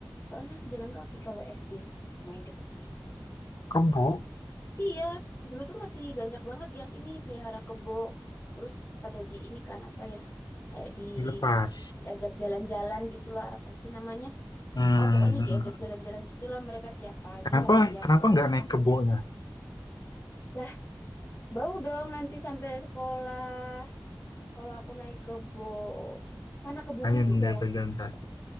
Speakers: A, on the left (about 30°); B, on the left (about 55°).
A: Soalnya aku jalan kaki kalau SD, main deket sih.
B: kebo
A: Iya, dulu tuh masih banyak banget yang ini pelihara kebo. Terus pada di ini kan apa ya, kayak di
B: dilepas
A: diajak jalan-jalan gitulah apa sih namanya?
B: hmm,
A: Oh, pokoknya
B: hmm,
A: diajak
B: hmm.
A: jalan-jalan gitulah mereka tiap pagi
B: kenapa
A: sama tiap
B: kenapa
A: sore.
B: nggak naik kebonya
A: Lah, bau dong nanti sampai sekolah kalau aku naik kebo. Mana kebunnya
B: lain
A: tuh galak
B: daripada jalan kaki